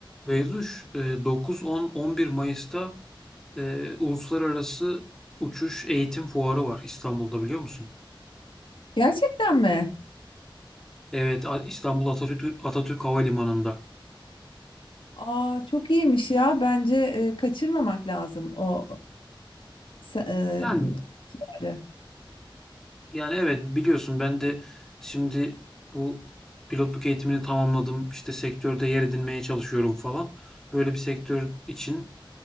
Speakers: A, in the centre; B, on the left.
A: Beyzuş, e, 9, 10, 11 Mayıs'ta e, Uluslararası Uçuş Eğitim Fuarı var İstanbul'da biliyor musun?
B: Gerçekten mi?
A: Evet, A- İstanbul Atatürk, Atatürk Havalimanı'nda.
B: Aa çok iyiymiş ya. Bence e, kaçırmamak lazım o se- e,
A: Yani
B: bunları.
A: yani evet biliyorsun ben de şimdi bu pilotluk eğitimini tamamladım. İşte sektörde yer edinmeye çalışıyorum falan. Böyle bir sektör için